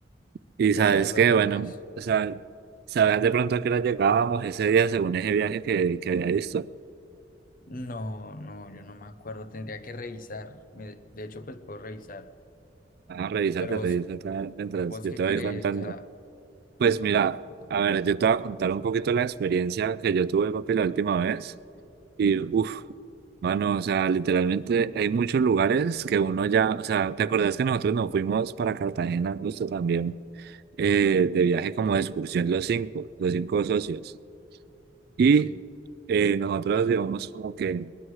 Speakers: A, on the right; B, on the left.
A: Y
B: toca
A: sabes
B: es ver los
A: qué,
B: demás.
A: bueno, o sea, sabes de pronto a qué hora llegábamos ese día según ese viaje que, que había visto.
B: No, no, yo no me acuerdo. Tendría que revisar. Me- De hecho, pues puedo revisar.
A: Ah, revísate,
B: Pero vos,
A: revísate ah, mientras
B: ¿vos
A: yo
B: qué
A: te
B: crees?
A: voy contando.
B: O sea,
A: Pues
B: contame,
A: mira,
B: contame.
A: a ver, yo te voy a contar un poquito la experiencia que yo tuve, papi, la última vez. Y uff, mano, o sea, literalmente hay muchos lugares que uno ya, o sea, ¿te acordás que nosotros nos fuimos para Cartagena justo también? eh, de viaje como de excursión los cinco, los cinco socios. Y
B: Sí,
A: eh, nosotros, digamos, como que